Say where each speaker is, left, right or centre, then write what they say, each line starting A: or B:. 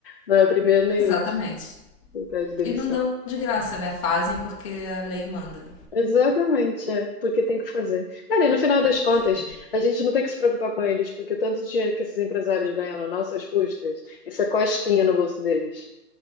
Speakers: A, on the left; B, on the left.
A: Não é o primeiro nem
B: Exatamente.
A: o último que pede demissão.
B: E não dão de graça, né? Fazem porque a lei manda.
A: Exatamente, é. Porque tem que fazer. Cara, e no final das contas,
B: Sim.
A: a gente não tem que se preocupar com eles, porque o tanto de dinheiro que esses empresários ganham nas nossas custas, isso é cosquinha no bolso deles.